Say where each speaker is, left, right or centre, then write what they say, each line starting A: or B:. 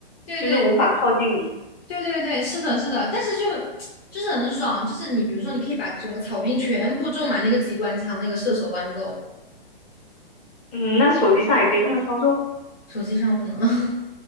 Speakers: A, on the left; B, on the left.
A: 对对
B: 就是无法靠近你。
A: 对对对，是的，是的，但是就 <tsk> 就是很爽，就是你比如说你可以把整个草坪全部种满那个机关枪，那个射手豌豆，
B: 嗯，那手机上也可以这么操作
A: 手机上不能。<laughs>